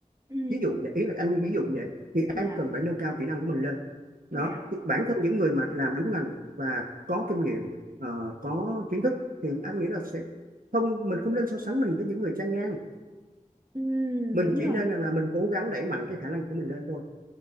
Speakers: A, on the right (about 25°); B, on the right (about 85°).
A: ừ
B: ví dụ vậy ý là anh ví dụ vậy thì
A: dạ
B: em cần phải nâng cao kỹ năng của mình lên đó
A: dạ
B: Thì bản thân những người mà làm đúng ngành và có kinh nghiệm ờ, có kiến thức thì anh nghĩ là sẽ không mình không nên so sánh mình với những người trai ngang
A: ừ
B: mình
A: đúng
B: chỉ
A: rồi
B: nên là, là mình cố gắng đẩy mạnh cái khả năng của mình lên thôi